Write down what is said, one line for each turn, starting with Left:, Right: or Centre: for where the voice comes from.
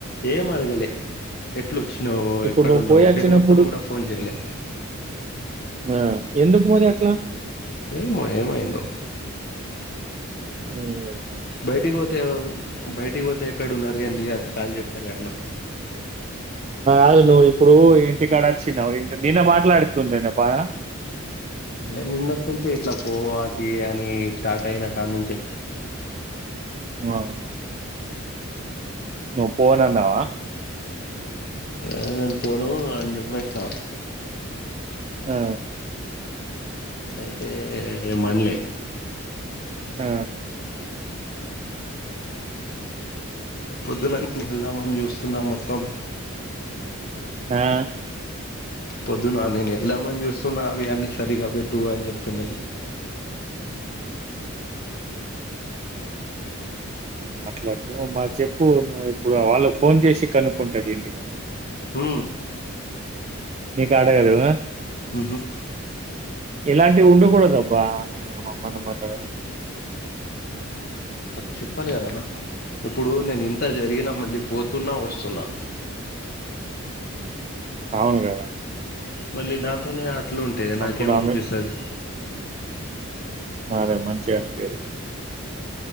Left: ఏం అడగలే ఎట్లు వచ్చినావు
Right: ఇప్పుడు
Left: ఎక్కడ
Right: నువ్వు
Left: ఉన్నావు
Right: పోయి వచ్చినప్పుడు
Left: డే మొత్తం కూడా ఫోన్ చేయలే
Right: ఆ ఎందుకు మరి అట్లా
Left: ఏమో ఏమైందో
Right: ఉమ్
Left: బయటికి పోతే ఎవర్ బయటికి పోతే ఎక్కడున్నా ఏంది అది కాల్ చేస్తారు కదన్నా
Right: అదు నువ్వు ఇప్పుడు ఇంటికాడ వచ్చినవు్ నేనే మాట్లాడుతుండే బాగా
Left: మీరు నిన్నటి నుంచే ఇట్లా పోవాలి అని స్టార్ట్ అయిన కాడ నుంచే
Right: వా నువ్వు పోనాన్నావా
Left: అ నేను పోను అని చెప్పేసిన
Right: ఆ
Left: అయితే ఏ మనలే
Right: ఆ
Left: పొద్దునే వెళ్దామని చూస్తున్నా మొత్తం
Right: ఆా
Left: పొద్దున నేను వెళదాం అని చూస్తున్నా అవి అన్నీ సరిగా పెట్టు అని చెప్తున్నది
Right: మాట్లాడతావు మా చెప్పు నువ్వు ఇప్పుడు వాళ్ళ ఫోన్ చేసి కనుక్కుంటది ఇంటి కడ
Left: హ
Right: నీ కాడగారు
Left: ఉహు
Right: ఇలాంటివి ఉండకూడదబ్బా అమ్మలుమ్మలు
Left: చెప్పలేి కదన్న ఇప్పుడు నేను ఇ అంత జరిగినా మళ్ళీ పోతున్నా వస్తున్నా
Right: అవును కదా
Left: మళ్ళీ నాతోనే అట్లు ఉంటా నాకేమ
Right: అప్పుడు ఆమె
Left: అనిపిస్తుంది
Right: నాదే మంచిగా అనిపరు